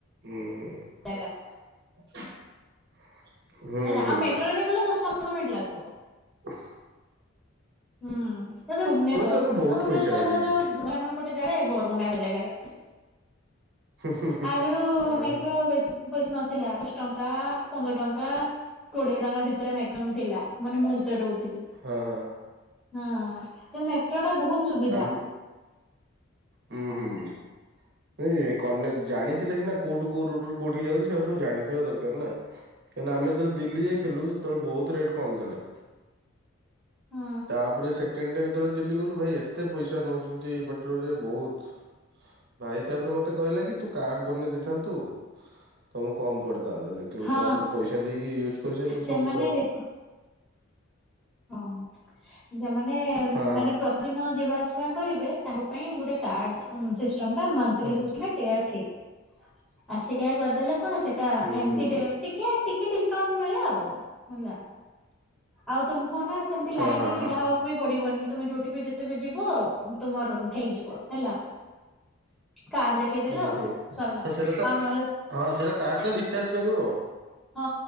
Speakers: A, on the right (about 55°); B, in the centre.
A: ହୁଁ।
B: ଜାଗା
A: <unintelligible>
B: ହେଲା
A: ହୁଁ
B: ଆଉ ମେଟ୍ରୋ ରେ ଗଲେ ଦଶ ପନ୍ଦର ମିନିଟ୍ ଲାଗିବ।
A: ହ?
B: ହୁଁ ଏ ଭୁବନେଶ୍ଵର
A: ତ ଏବେ ବହୁତ
B: ଭୁବନେଶ୍ଵର
A: ପଇସା ହେଇଯାଇଛି।
B: ଯଉ <unintelligible> ମାନ ଗୋଟେ ଯାରେ ବ <unintelligible> ଜାଗାରେ
A: ହୁଁ
B: ଆଗରୁ ମେଟ୍ରୋ
A: ହୁଁ ହୁଁ
B: ବେଶି ପଇସା ନ ଥିଲା ଦଶ ଟଙ୍କା, ପନ୍ଦର ଟଙ୍କା କୋଡିଏ, ଟଙ୍କା ଭିତରେ ମକ୍ସିମମ୍ ଥିଲା ମାନେ ମୁଁ ତେ ରହୁଥିଲେ
A: ଆ ହଁ ହଁ ହଁ
B: ହଁ କିନ୍ତୁ ମେଟ୍ରୋ ଟା ବହୁତ ସୁବିଧା।
A: ଆମ୍ ହୁଁ ହୁଁ ହୁଁ। ନାଇଯେ କନେ ଜାଣିଥିଲେ ସିନା କୋଉଠୁ କୋଉ ରୁଟୁରୁ କୋଉଠିକି ଯାଉଛି ସେରା ସବୁ ଜାଣିଥିବା ଦରକାର ନା। କାହିଁକିନା ଆମେ ଯେତେବେଳେ ଦିଲ୍ଲୀ ଯାଇଥିଲୁ ସେତେବେଳେ ବହୁତ ରେଟ କମ ଥିଲା।
B: ହଁ
A: ତାପରେ ସେକେଣ୍ଡ ଟାଇମ୍ ଯେତେବେଳେ ଦିଲ୍ଲୀ ଗଲୁ ଭାଇ ଏତେ ପଇସା ନଉଚନ୍ତି। ବା ଟ ରେ ବୋହୁତ ଭାଇ ତାପରେ ମତେ କହିଲା କି ତୁ କାର୍ଡ ବନେଇ ଦେଇଥାନ୍ତୁ ତମକୁ କମ୍ ପଡି ଥାନ୍ତା ଦେଖିଲୁ
B: ହଁ।
A: ତା ପରେ ତ ପଇସା ଦେଇକି ୟୁଜ କରିସାରିଲୁ
B: ସେମାନେ
A: ସବୁକ
B: ରେ ହଁ ଯେମାନେ
A: ହଁ
B: ମାନେ ପ୍ରତିଦିନ ଯିବା ଆସିବା କରିବେ ତା ପାଇଁ ଗୋଟେ କାର୍ଡ ଉମ୍ ସିଷ୍ଟମ୍ ଟା ମନଥିଲି
A: ହଁ,
B: ସିଷ୍ଟମ୍ ଟା ଟେୟାର ଠିକ୍। ଆସିକିୟା କରିଦେଲେ। କଣ ସେଟା
A: ହୁଁ
B: ଏମତି
A: ହୁଁ
B: ଡେ ଟିକେ ଟିକେ ଡିସକାଉଣ୍ଟ ମିଳେ ଆଉ ହେଲା। ଆଉ ତୁମ୍ କୁ ନା ସେମିତି
A: ହଁ
B: ଲାଇନ
A: ହଁ
B: ରେ ଛିଡା
A: ହଁ।
B: ହବାକୁ ବି ପଡିବନି ତମେ ଯୋଉଠି ବି ଯେତେବେ ଯିବ ତୁମର ହେଇଯିବ। ହେଲା। କାର୍ଡ ଦେଖେଇଦେଲ
A: ହୁଁ ହୁଁ
B: ସରିଲା
A: ସେଟା ତ
B: ଆଉ ନହେଲେ
A: ହଁ ସେଟା କାର୍ଡ ତ ରଡିଚାର୍ଜ କରିବ ଆଉ।
B: ହଁ